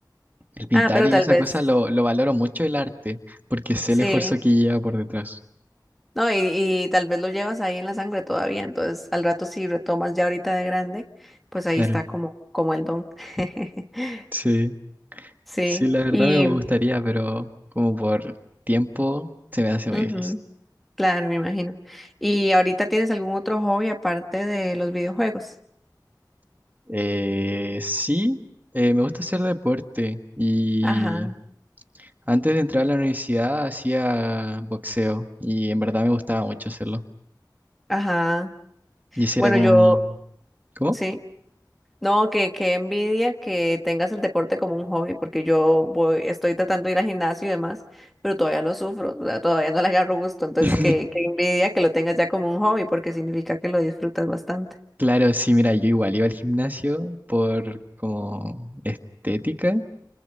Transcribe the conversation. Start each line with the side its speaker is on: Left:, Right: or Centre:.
Right: el pintar
Centre: Ah, pero
Right: y
Centre: tal
Right: esa
Centre: vez,
Right: cosa entender. lo, lo valoro mucho el arte, porque sé
Centre: sí.
Right: el esfuerzo Sí, que lleva por detrás.
Centre: No, y, y tal vez lo llevas ahí en la sangre todavía, entonces al rato si retomas ya ahorita de grande, pues
Right: Claro,
Centre: ahí está
Right: exacto.
Centre: como, como el don. <laughs>
Right: sí,
Centre: Sí,
Right: sí, la verdad
Centre: y
Right: me Sí. gustaría, pero como por tiempo se me hace
Centre: ujú,
Right: muy difícil.
Centre: claro, me imagino. ¿Y ahorita tienes algún otro hobby aparte de los videojuegos?
Right: Eh, sí, eh, me gusta hacer deporte y
Centre: Ajá,
Right: antes de entrar a la universidad hacía boxeo y en verdad me gustaba mucho hacerlo.
Centre: ajá.
Right: Y ese
Centre: Bueno,
Right: era como
Centre: yo,
Right: Bueno, mi... ¿Cómo?
Centre: sí. No, que, que envidia que tengas el deporte como un hobby, porque yo voy, estoy tratando de ir al gimnasio y demás, pero todavía lo sufro, o sea, todavía no le agarro gusto, entonces
Right: <laughs>
Centre: que, que envidia que lo tengas ya como un hobby, porque significa que lo disfrutas bastante.
Right: Claro, sí, mira, yo igual iba al gimnasio por como estética